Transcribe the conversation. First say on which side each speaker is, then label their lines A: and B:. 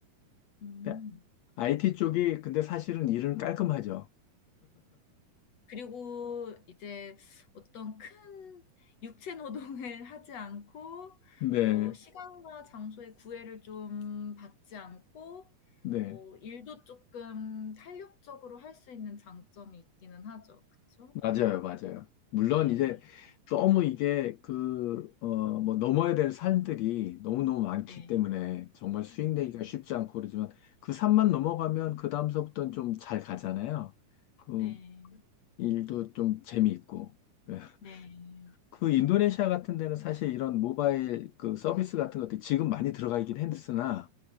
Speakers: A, on the left; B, on the left.
A: 음.
B: 네, IT 쪽이, 근데 사실은 일은 깔끔하죠.
A: 그리고 이제 어떤 큰 육체 노동을 <laughs> 하지 않고
B: 네,
A: 어 시간과 장소의 구애를 좀 받지 않고
B: 네.
A: 어 일도 조금 탄력적으로 할 수 있는 장점이 있기는 하죠. 그쵸?
B: 맞아요, 맞아요. 물론
A: 네.
B: 이제 너무 이게 그, 어, 뭐 넘어야 될 산들이 너무너무 많기
A: 네.
B: 때문에 정말 수익 내기가
A: 네.
B: 쉽지 않고 그러지만 그 산만 넘어가면 그 다음서부터는 좀 잘 가잖아요. 그
A: 네.
B: 일도 좀 재미있고. 예.
A: 네.
B: 그 인도네시아 같은 데는 사실 이런 모바일 그 서비스 같은 것들이 지금 많이 들어가 있긴 했으나,